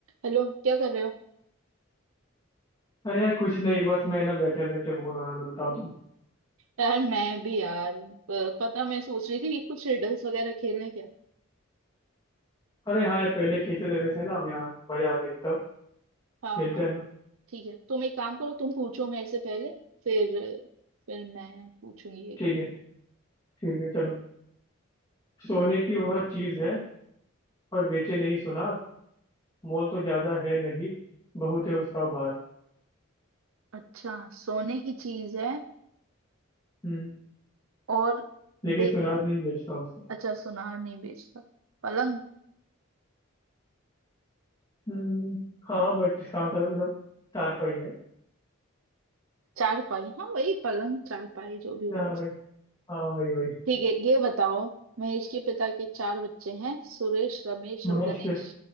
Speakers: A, on the right (about 75°); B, on the left (about 20°).
A: हेलो क्या कर रहे हो
B: अरे यार कुछ नहीं बस मैं ना बैठे बैठे बोर हो रहा था बताओ तुम
A: यार मैं भी यार प- पता मैं सोच रही थी कि कुछ रिडल्स वगैरह खेल रहे क्या
B: अरे हाँ यार पहले खेलते थे वैसे ना यार मजा आती थी तब
A: हाँ
B: खेलते
A: हाँ
B: हैं ना
A: ठीक है तुम एक काम करो तुम पूछो मेरे से पहले फिर फिर मैं पूछूंगी एक
B: ठीक
A: ठीक
B: है
A: है
B: ठीक है चलो सोने की वह चीज है पर बेचे नहीं सुनार मोल तो ज्यादा है नहीं बहुत है उसका भार
A: अच्छा सोने की चीज है
B: हम्म
A: और
B: लेकिन
A: बे
B: सुनार नहीं बेचता उसको
A: अच्छा सुनार नहीं बेचता पलंग
B: हम्म हाँ बट इसका आंसर मतलब चारपाई है
A: चारपाई हाँ वही पलंग चारपाई जो भी बोलो
B: हाँ
A: उसको।
B: भाई हाँ वही वही
A: ठीक है ये बताओ महेश के पिता के चार बच्चे हैं सुरेश रमेश
B: महेश
A: और गणेश
B: के